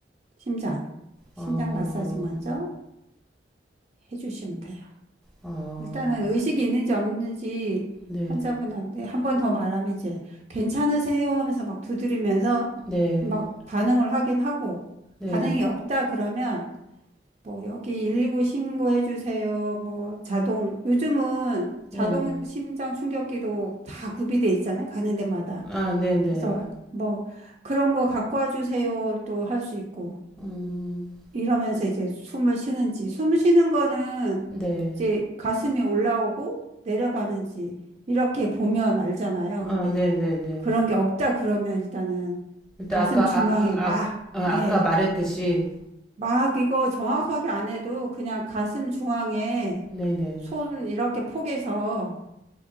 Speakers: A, on the right; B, in the centre.
A: 심장, 심장
B: 어,
A: 마사지 먼저 해주시면 돼요.
B: 어,
A: 일단은 의식이 있는지 없는지
B: 네,
A: 환자분한테 한 번 더 말하면 이제 괜찮으세요 하면서 막 두드리면서
B: 네,
A: 막 반응을 하긴 하고
B: 네,
A: 반응이 없다 그러면 뭐 여기 119 신고해 주세요. 뭐 자동 요즘은 자동
B: 네.
A: 심장 충격기도 다 구비돼 있잖아요. 가는 데마다.
B: 아, 네, 네.
A: 그래서 뭐 그런 거 갖고 와 주세요. 또 할 수 있고
B: 음.
A: 이러면서 이제 숨을 쉬는지 숨 쉬는 거는
B: 네.
A: 이제 가슴이 올라오고 내려가는지 이렇게 보면 알잖아요.
B: 아,
A: 근데
B: 네네네.
A: 그런 게 없다 그러면 일단은
B: 일단
A: 가슴
B: 아까 아,
A: 중앙에
B: 아, 아,
A: 막
B: 아,
A: 예.
B: 아까 말했듯이
A: 막 이거 정확하게 안 해도 그냥 가슴 중앙에
B: 네네.
A: 손 이렇게 포개서